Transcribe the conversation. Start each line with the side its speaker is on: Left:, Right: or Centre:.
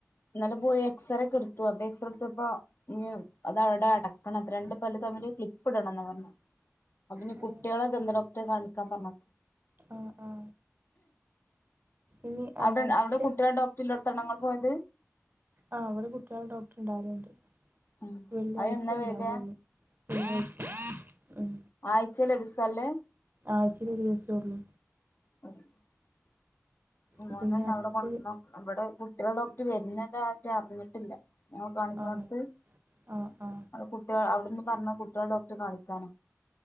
Left: ഇന്നലെ പോയി എക്സറേ ഒക്കെ എടുത്തു അപ്പൊ എക്സറേ എടുത്തപ്പൊ അതവിടെ അടക്കണംത്രേ രണ്ട് പല്ല് തമ്മില് ക്ലിപ്പ് ഇടണംന്ന് പറഞ്ഞു അപ്പൊഞ്ഞി
Right: ആ
Left: കുട്ടേളെ ദന്ത ഡോക്ടറെ കാണിക്കാൻ പറഞ്ഞു
Right: ആ ആ ഇനി
Left: അവിടെ
Right: ആക്ഷൻ
Left: അവിടെ കുട്ടികളെ ഡോക്ടറില്ലോട്ത്താണ്ണോങ്ങള് പോയത്
Right: ആഹ് ഇവടെ കുട്ടികളെ ഡോക്ടർണ്ടാവാലുണ്ട്
Left: ഉം
Right: വെള്ളിയാഴ്ച
Left: അത് എന്നാ
Right: ഉണ്ടാവുള്ളൂ
Left: വരാ
Right: വെള്ളിയാഴ്ച <inaudible> ഉം
Left: ആഴ്ചേല് ഒര് ദിവസാള്ളേ
Right: അയ്ച്ചീല് ഒരുദിവസുള്ളൂ
Left: <unintelligible> മോനെന്ന
Right: ഇപ്പൊ ഇനി അടുത്ത്
Left: അവിടെ കൊണ്ടന്നോക്കണം ഇവിടെ കുട്ടികളെ ഡോക്ടർ വരുന്നതായിട്ട് അറിഞ്ഞിട്ടില്ല ഞമ്മള് കാണിക്ക്നോട്‌ത്ത്
Right: ആണ് ആ ആ
Left: അവിടെ കുട്ടേ അവിടുന്ന് പറഞ്ഞത് കുട്ടികളെ ഡോക്ടറെ കാണിക്കാന